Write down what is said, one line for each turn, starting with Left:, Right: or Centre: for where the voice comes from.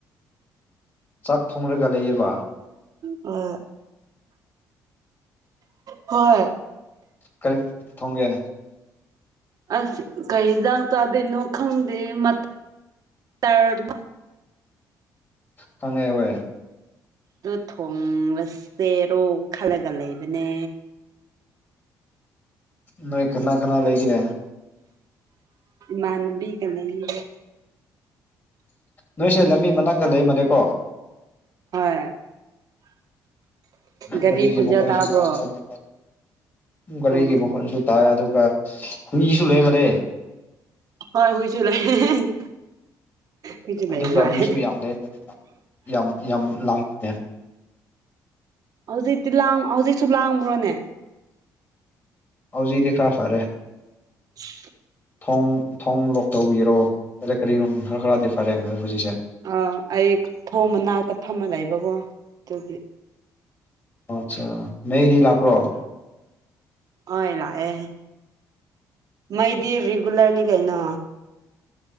Left: ꯆꯥꯛ ꯊꯣꯡꯡꯂꯒ ꯂꯩꯑꯕ
Right: ꯑ ꯍꯣꯏ
Left: ꯀꯔꯤ ꯊꯣꯡꯒꯦ
Right: ꯑꯁ ꯀꯩꯗ ꯇꯗꯅꯣ ꯈꯪꯗ ꯃ ꯇꯔ
Left: ꯐꯉꯥꯏ ꯑꯣꯏꯣꯏ
Right: ꯑꯗꯨ ꯊꯣꯉꯁ ꯆꯦꯔꯣ ꯈꯜꯂꯒ ꯂꯩꯕꯅꯦ
Left: ꯅ ꯀꯅꯥ ꯀꯅꯥ ꯂꯩꯒ
Right: ꯃꯅꯕꯤ ꯀꯒꯤ
Left: ꯅꯣꯏꯁꯦ ꯂꯝꯕꯤ ꯃꯅꯥꯛꯇ ꯂꯩꯔꯃꯅꯦꯀꯣ
Right: ꯍꯣꯏ ꯒꯥꯔꯤ
Left: ꯒꯥꯔꯒꯤ
Right: ꯈꯣꯟꯖꯦꯜ
Left: ꯃ ꯃꯈꯟꯁꯜꯔ
Right: ꯇꯥꯕ꯭ꯔꯣ
Left: ꯑꯗꯨ ꯒꯥꯔꯤꯒꯤ
Right: ꯑꯣ
Left: ꯃꯈꯣꯟꯁꯨ ꯇꯥꯏ ꯑꯗꯨꯒ ꯍꯨꯏꯁꯨ ꯂꯩꯃꯂꯦ
Right: ꯍ ꯍꯏ ꯆ ꯂꯩ ꯑꯩꯈꯣꯏꯁꯨ
Left: ꯑꯗꯨꯒ
Right: ꯂꯩ ꯃꯥꯜꯂꯦ
Left: ꯃꯤꯁꯨ ꯌꯥꯝ ꯂꯩ ꯌꯥꯝ ꯌꯥꯝ ꯂꯥꯡꯄꯅꯦ
Right: ꯍꯧꯖꯤꯛꯇꯤ ꯂꯥꯡ ꯍꯧꯖꯤꯛꯁꯨ ꯂꯥꯡꯕ꯭ꯔꯣꯅꯦ
Left: ꯍꯧꯖꯤꯗꯤ ꯈ꯭ꯔ ꯐꯔꯦ
Right: <unintelligible>
Left: ꯊꯣꯡ ꯊꯣꯡ ꯂꯣꯛ ꯇꯧꯕꯤꯒꯔꯣ ꯀꯔꯤ ꯀꯔꯤꯅꯣ ꯈꯔ ꯈꯔꯗꯤ ꯐꯔꯦ ꯍꯧꯖꯤꯛꯁꯦ
Right: ꯑꯥ ꯑꯩ ꯊꯣꯡꯕꯅꯥꯛꯇ ꯐꯝꯃ ꯂꯩꯕꯀꯣ ꯑꯗꯨꯗꯤ
Left: ꯑꯆꯥ ꯃꯗꯤ ꯂꯥꯛꯄꯂꯣ
Right: ꯑꯣꯏ ꯂꯥꯛꯑꯦ ꯃꯩꯗꯤ ꯔꯦꯒꯨꯂꯔꯅꯤ ꯀꯥꯏꯅ